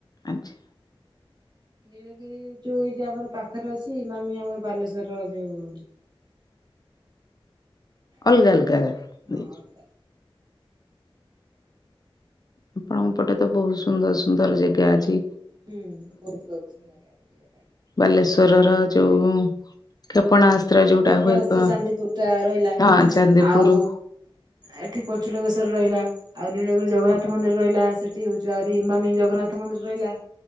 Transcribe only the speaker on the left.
ଆଚ୍ଛା।
ଅଲଗା ଅଲଗା ରାଆ
ଆପଣଙ୍କ ପଟେ ତ ବହୁତ ସୁନ୍ଦର ସୁନ୍ଦର ଜେଗା ଅଛି।
ବାଲେଶ୍ୱରର ଯୋଉ କ୍ଷେପଣାସ୍ତ୍ର ଯୋଉଟା
ହୁଏ କଣ
ହଁ ଚାନ୍ଦିପୁର